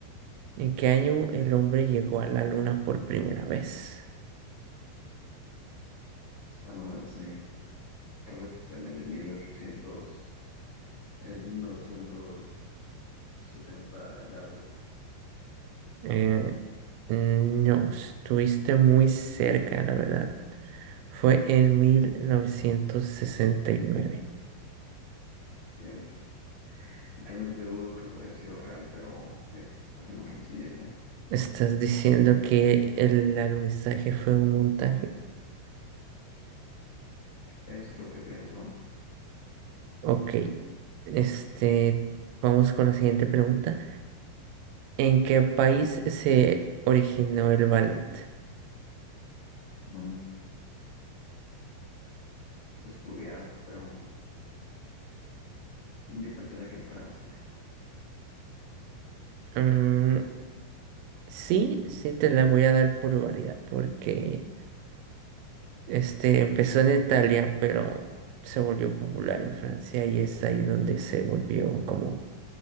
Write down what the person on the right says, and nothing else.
¿En qué año el hombre llegó a la luna por primera vez?
Eh, no, estuviste muy cerca, la verdad. Fue en 1969.
¿Estás diciendo que el alunizaje fue un montaje?
Ok. Este, vamos con la siguiente pregunta. ¿En qué país se originó el ballet?
Mm, sí, sí te la voy a dar por variedad, porque este empezó en Italia, pero se volvió popular en Francia y es ahí donde se volvió como